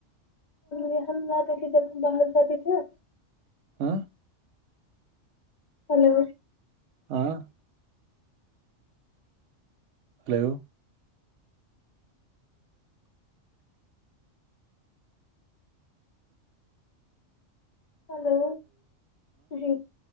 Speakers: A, on the left (about 70°); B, on the right (about 75°).
A: یہ ہم لاتے کہ جب باہر جاتے تھے نا
B: ہاں
A: ہلو
B: ہاں ہیلو
A: ہلو جی